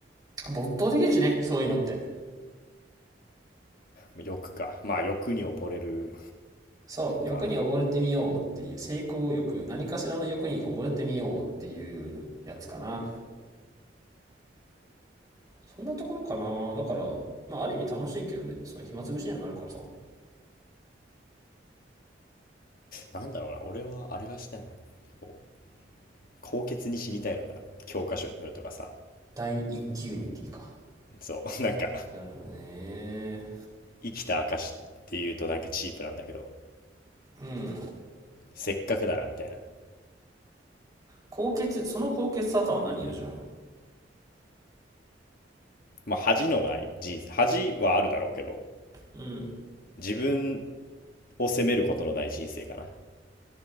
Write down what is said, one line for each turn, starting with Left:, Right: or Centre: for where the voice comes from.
Right: 没頭できるしね、そういうのって。
Left: 欲か。まあ欲に溺れる
Right: そう、欲に溺れてみようっていう、
Left: か。
Right: 成功欲、何かしらの欲に溺れてみようっていうやつかな。そんなところかな。だから、まあ、ある意味楽しいけどね、その暇つぶしにはなるからさ。
Left: なんだろうな、俺はあれがしたいな。こう、高潔に死にたいのかな。教科書に載るとかさ。
Right: 大インデュニティか。
Left: そう、<laughs> なんか、
Right: なるほどね。
Left: 生きた証っていうとなんかチープなんだけど、
Right: うん。
Left: せっかくならみたいな。
Right: 高潔、その高潔さとは何よ、じゃあ。
Left: まあ恥のない人生、恥はあるだろうけど、
Right: うん。
Left: 自分を責めることのない人生かな。